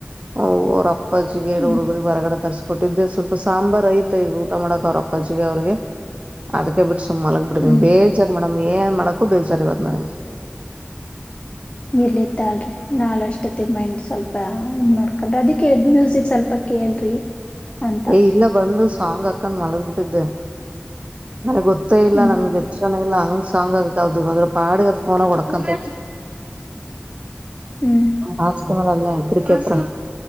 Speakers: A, on the right; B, on the left.
A: ಹ ಓ ಅವ್ರಪ್ಪಜಿ
B: ಹ್ಮ್
A: ಹುಡುಗ್ರಗ್ ಹೊರಗಡೆ ತರ್ಸ್ಕೊಟ್ಟಿದ್ರೆ ಸ್ವಲ್ಪ ಸಾಂಬಾರಾರ್ ಐತೆ ಈಗ ಊಟ ಮಾಡಕ್ ಅವ್ರ ಅಪ್ಪ ಅವ್ರಿಗೆ ಅದಕ್ಕೆ ಬಿಟ್ಟು ಸುಮ್ ಮಲಗಗ್ ಬಿಡ
B: ಹ್ಮ್
A: ಬೇಜಾರ ಮೇಡಮ್ ಏನ್ ಮಾಡ ಬೇಚಾರಿ ಬತ ನ
B: ಇರ್ಲತ್ತ ಅಲ್ರಿ ನಾಳ ಅಷ್ಟತ್ತ ಮೈಂಡ್ ಸ್ವಲ್ಪ ಇನ್ ಮಾಡ್ಕಳ್ರಿ ಅದಕ್ಕೆೇಳಿದ ಮ್ಯೂಸಿಕ್ ಸ್ವಲ್ಪ ಕೇಳ್ರಿ ಅಂತ
A: ಏ ಇಲ್ಲ ಬಂದು ಸಾಂಗ್ ಅಕ್ಕನ್ ಮಲಗ್ ಬಿಟ್ಟಿದ್ದೆ ನನಗ್ ಗೊತ್ತೇ ಇಲ್ಲ
B: ಹ್ಮ್
A: ನನ್ಗೆ ಎಚ್ಚನ ಇಲ್ಲ ಹಂಗ್ ಸಾಂಗ್ ಆಗದು ಅದ್ರ ಪಾಡಗದ ಫೋನಾಗ ಹೊಡಕಂತ
B: ಹ್ಮ್
A: ಹ ತಂಬ ನಲ್ಲ ಕ್ರಿಕೇತ್ರರ